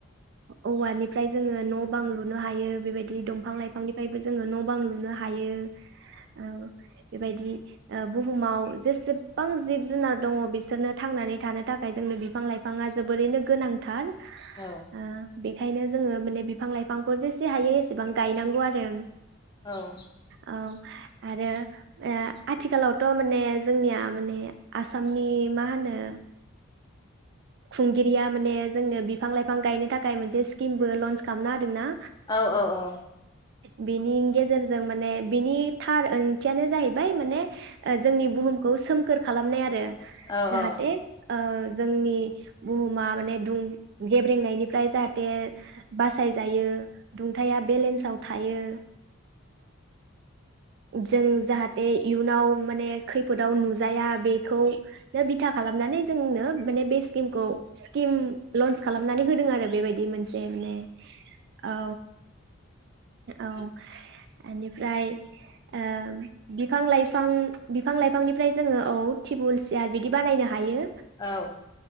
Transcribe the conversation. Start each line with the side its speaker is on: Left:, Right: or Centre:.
Right: औ औवानिफ्राय जोङो न बां लुनो हायो । बेबायदि दंफां लाइफांनिफ्रायबो जों जोङो न बां लुनो हायो। औ बेबायदि ओ बुहुमाव जेसेबां जिब जुनार दङ बिसोरनो थांनानै थानो थाखाय जोंनो बिफां लाइफाङा जोबोरैनो गोनांथार
Left: औ
Right: ओ बेखायनो जोङो माने बिफां लाइफांखौ जेसे हायो एसेबां गायनांगौ आरो
Left: औ
Right: औ आरो ओ आथिखालावथ माने जोंनिया माने आसामनि मा होनो। खुंगिरिया माने जोंनो बिफां लाइफां गायनो थाखाय मोनसे स्किमबो लन्स खालामनो होदोंना।
Left: औ औ औ
Right: बेनि गेजेरजों माने बिनि थार ओंथियानो जाहैबाय माने जोंनि बुहुमखौ सोमखोर खालामनाय आरो।
Left: औ
Right: जाहाथे
Left: औ
Right: ओ जोंनि बुहुमा माने दुं गेब्रेंनायनिफ्राय जाहाथे बासायजायो दुंथाया बेलेन्साव थायो ओ जों जाहाथे इयुनाव माने खैफोदाव नुजाया बेखौनो बिथा खालामनानै जोंनो माने बे स्किम खौ स्किम लन्स खालामनानै होदों आरो बेबाय बि मोनसे माने औ। औ एनिफ्राय ओ बिफां-लाइफां बिफां- लाइफांनिफ्राय जोङो औ टेबोल सियार बिदि बानायनो हायो।
Left: औ